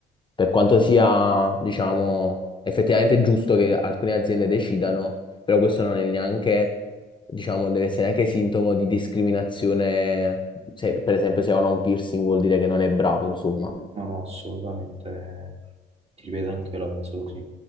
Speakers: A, on the left; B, on the right.
A: per quanto sia, diciamo, effettivamente giusto che alcune aziende decidano, però questo non è neanche, diciamo, deve essere neanche sintomo di discriminazione. Se, per esempio, se uno ha un piercing vuol dire che non è bravo, insomma.
B: no, no, assolutamente, ti ripeto, anche io la penso così.